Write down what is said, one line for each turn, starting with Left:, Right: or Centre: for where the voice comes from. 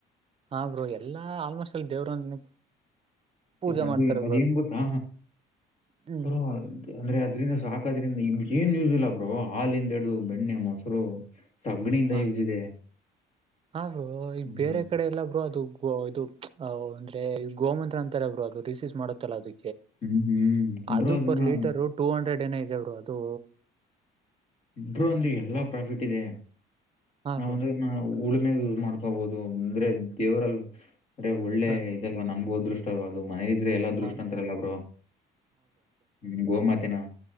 Right: ಹಾ ಬ್ರೋ ಎಲ್ಲಾ ಆಲ್ಮೋಸ್ಟ್ ಎಲ್ಲಿ ದೇವರು ಒಂದ ಪೂಜೆ
Left: ಅದೇ
Right: ಮಾಡ್ತಾರೆ
Left: ಅದೇನ್
Right: ಬ್ರೋ ಅದಕ್ಕೆ
Left: ಗೊತ್ತಾ
Right: ಹ್ಮ್
Left: ಬ್ರೋ ಅಂದ್ರೆ ಅದ್ರಿಂದ ಸಾಕದ್ರಿಂದ ಇ ಏನ್ಯೂಸ್ ಇಲ್ಲ ಬ್ರೋ ಹಾಲಿಂದ ಹಿಡ್ದು ಬೆಣ್ಣೆ ಮೊಸರು ಸಗಣಿಯಿಂದ
Right: ಹಾ
Left: ಯೂಸ್ ಇದೆ
Right: ಆದರು ಈ
Left: ಹ್ಮ್
Right: ಬೇರೆ ಕಡೆ ಎಲ್ಲ ಬ್ರೋ ಅದು ಗೋ ಇದು್ ಅಂದ್ರೆ ಗೋಮಮೂತ್ರ ಅಂತಾರೆ ಬ್ರೋ ಅದು ರಿಸೀವ್ ಮಾಡತ್ತಲ್ಲ ಅದ
Left: ಹ್ಮ್ ಹ್ಮ್
Right: ಅದು
Left: ಬ್ರೋ ಅದನ್ನ
Right: ಪರ್ ಲೀಟರ್ ಟೂ ಹಂಡ್ರೆಡ್ ಏನ ಇದೆವರು ಅದು
Left: ಬ್ರೋ ಒಂದು ಎಲ್ಲಾ ಪ್ರಾಫಿಟ್ ಇದೆ
Right: ಹಾ
Left: ನಾವ
Right: ಬ್ರೋ
Left: ಒಂದ್ರ ಉಳುಮ್ಯಾಗ ಮಾಡ್ಕೋಬಹುದು ಅಂದ್ರೆ ದೇವ್ರಲ್ಲ ಅಂದ್ರೆ ಒಳ್ಳೆ
Right: ಹಾ
Left: ಇದಲ್ವಾ ನಮ್ಗೂ ಅದೃಷ್ಟ ಅದು ಮನೆ ಇದ್ರೆ ಎಲ್ಲ
Right: ಹಾ
Left: ದೃಷ್ಟ ಅಂತಾರಲ್ಲ ಬ್ರೋ ಹ್ಮ್ ಗೋಮಾತಿನ